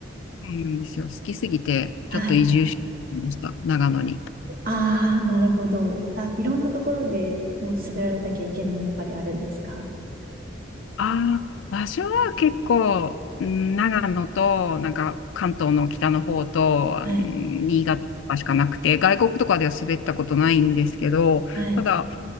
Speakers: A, on the left; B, on the right.
A: そうなんですよ。好きすぎて、
B: はい。
A: ちょっと移住してきました。長野に。
B: ああ、なるほど。あ、いろんなところでもう滑られた経験もやっぱりあるんですか
A: ああ、場所は結構、うん長野と、なんか関東の北の方と、
B: はい。
A: うん新潟とかしかなくて、外国とかでは滑ったことないんですけど、
B: はい。
A: ただ、